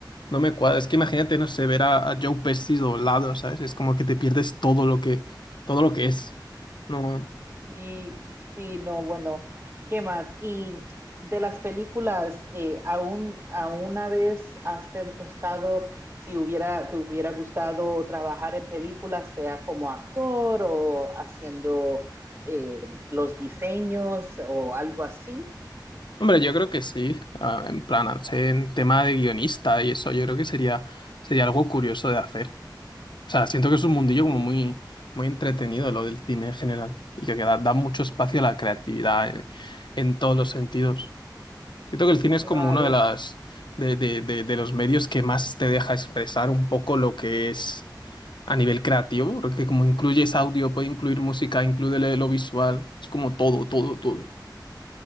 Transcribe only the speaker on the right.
Sí, sí, no, bueno, ¿qué más? Y de las películas, eh, ¿aún, a una vez has pensado si hubiera, te hubiera gustado trabajar en películas, sea como actor o haciendo eh, los diseños o algo así?
Sí,
claro.